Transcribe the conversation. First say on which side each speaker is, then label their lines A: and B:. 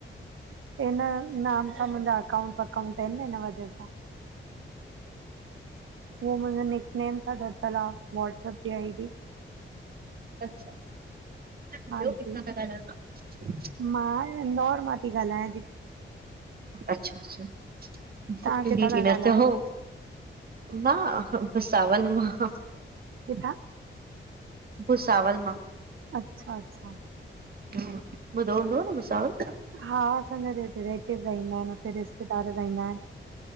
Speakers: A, on the right; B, on the right.
A: इन नाम सां मुंहिंजा अकाउंट वकाउंट आहिन न, हिन वजह सां। हु मुंहिंजो निकनेम सां ठरतलु आ व्हाट्सअप जी आई डी।
B: अच्छा, ॿियो
A: हांजी।
B: किथां ता ॻाल्हायो तां?
A: मां, इंदौर मां ती ॻाल्हायां दीदी।
B: अच्छा -अच्छा,
A: तव्हां
B: बि
A: किथां
B: बिह
A: था
B: न
A: ॻाल्हायो?
B: त हो मां भूसावल मां।
A: कित्था?
B: भुसावल मां।
A: अच्छा- अच्छा
B: हम्म, ॿुधो हूंदुव न भूसांवल।
A: हा असांजा रिलेटिव रहींदा हिनि हुते रिश्तेदार रहींदा इनि